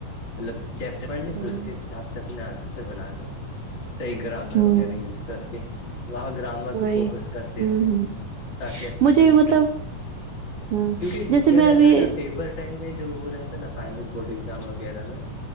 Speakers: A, on the left; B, on the right.
A: مطلب چپٹرڑھ لے پھر
B: ہوں
A: اس کے سے اپنا آنسر بنا دو صحیح گرامر
B: ہوں
A: وغیرہ یوز کر کے وہ گرامر ر
B: وہی
A: بھی فوکس کرتے
B: ہوں
A: تھے
B: ہوں
A: تاکہ اچھے
B: مجھے
A: سے لکھ
B: بھی مطلب
A: سکو
B: ہوں
A: کیونکہ
B: جیسے
A: کیا
B: میں
A: رہتا
B: ابھی
A: ہے نا پیپر ٹائم میں جو وہ رہتا ہے نا فائنل بورڈ ایگزام وغیرہ میں